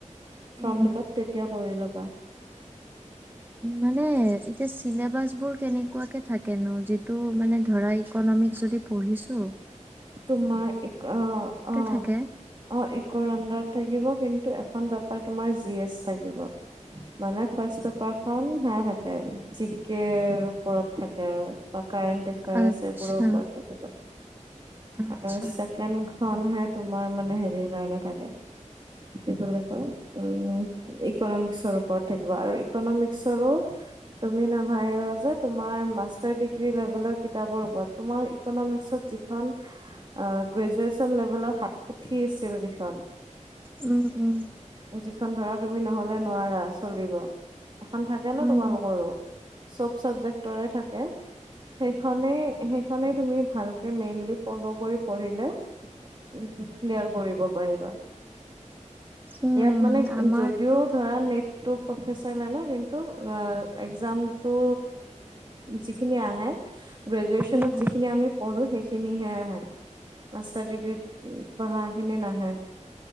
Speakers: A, on the right (about 40°); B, on the right (about 15°).
A: ফৰ্ম
B: উম
A: ফিলআপ তেতিয়া কৰি ল'বা
B: মানে এতিয়া চিলেবাছবোৰ কেনেকুৱাকে থাকেনো যিটো মানে ধৰা ইকনমিকস যদি পঢ়িছোঁ
A: তোমাৰ ই অ অ অ
B: থাকে
A: ইকৰ আন্ডাৰত থাকিব কিন্তু এখন বেপাৰ তোমাৰ জি এচ থাগিব মানে ফাৰ্ষ বেপাৰ খন সে থাকে জি কেৰ ওপৰত থাকে আৰু কাৰেণ্ট এফেয়াচ
B: আচ্ছা
A: এইবোৰ ওপৰত থাকিব আৰু
B: আচ্ছা
A: চেকেণ্ড খনহে তোমাৰ মানে হেৰি কাৰণে থাকে কি বুলি কয় উ ইকনমিক্সৰ ওপৰত থাকিবা আৰু ইকনমিক্সৰো তুমি নাভাবিবা যে তোমাৰ মাষ্টাৰ ডিগ্ৰী লেভেলৰ কিতাপৰ ওপৰত তোমাৰ ইকনমিক্সত যিখন আহ গ্ৰেজুৱেচন লেভেলৰ সাত পুথি আছিল যিখন
B: উম উম
A: যিখন ধৰা তুমি নহলে নোৱাৰা চলিব এখন থাকে ন
B: উম
A: তোমালোকৰো চব চাবজেক্টৰ থাকে সে খনেই সেইখনেই তুমি ভালকে মেইনলি ফল' কৰি পঢ়িলে ক্লিয়াৰ কৰিব পাৰিবা
B: উম
A: ইয়াত মানে
B: আমাৰতো
A: যদিও ধৰা নেটটো প্ৰফেচাৰ লাইনৰ কিন্তু একজামতো যি খিনি আহে গ্ৰেজুৱেচনত
B: উম
A: যিখিন আমি পঢ়ো সই সেইখিনি হে মাষ্টাৰ ডিগ্ৰী পঢ়া খিনি নাহে